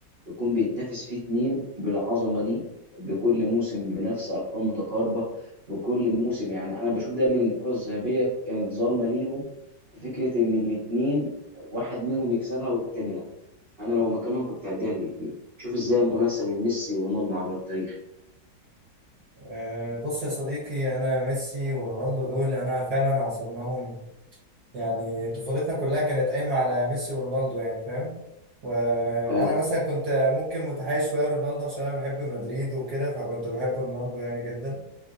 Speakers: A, on the right; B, on the right.
A: يكون بيتنافس فيه اتنين بالعظمه دي بكل موسم بنفس ارقام متقاربه بكل موسم يعني انا بشوف دايما إن الكره الذهبيه كانت ظالمه ليهم في فكره ان الاتنين واحد منهم يكسبها والتاني لا انا لو مكانهم كنت هديها للاتنين شوف ازاي المنافسه بين ميسي ورونالدو عبر التاريخ
B: أه، بص يا صديقي انا ميسي ورونالدو دول انا فعلا عاصرناهم يعني طفولتنا كلها كانت قايمه على ميسي ورونالدو يعني فاهم وانا
A: اه
B: مثلا كنت ممكن متحيز شويه رونالدو عشان انا بحب مدريد وكده فكنت بحب رونالدو يعني جدا